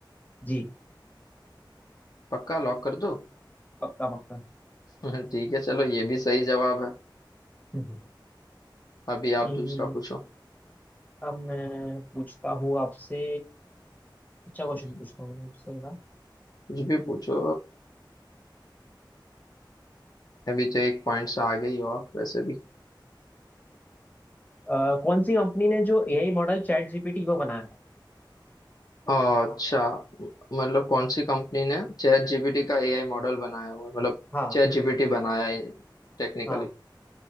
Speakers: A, on the left; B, on the left.
A: जी
B: पक्का लॉक कर दो
A: पक्का पक्का
B: <laughs> ठीक है चलो ये भी सही जवाब है
A: हम्म।
B: अभी आप
A: इन-
B: दूसरा पूछो
A: अब मैं पूछता हूँ आपसे अच्छा क्वेश्चन
B: हम्म,
A: पूछता हूँ आपसे ना
B: कुछ भी पूछो अभी तो एक पॉइंट से आगे ही हो आप वैसे भी
A: अ, कौन सी कंपनी ने जो एआई मॉडल चैट जीपीटी को बनाया था
B: अच्छा मतलब कौन सी कंपनी ने चैट जीपीटी का एआई मॉडल बनाया हुआ है? मतलब
A: हाँ
B: चैट जीपीटी बनाया है टेक्निकली
A: हाँ